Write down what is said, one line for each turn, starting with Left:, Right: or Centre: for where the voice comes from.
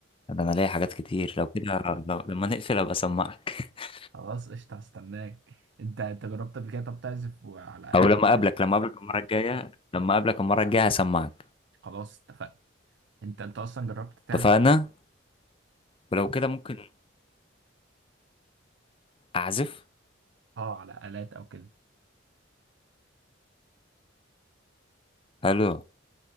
Left: ده أنا ليا حاجات كتير لو كده لو لما نقفل أبقى أسمعك <laughs>
Right: خلاص قشطه هستناك انت انت جربت قبل كده طب تعزف وعلى
Left: أو
Right: آلة
Left: لما أقابلك لما أقابلك المرة الجاية لما أقابلك المرة الجاية هسمعك
Right: خلاص اتفقنا انت انت اصلا جربت تعزف
Left: اتفقنا ولو كده ممكن أعزف
Right: اه على آلات او كده
Left: ألو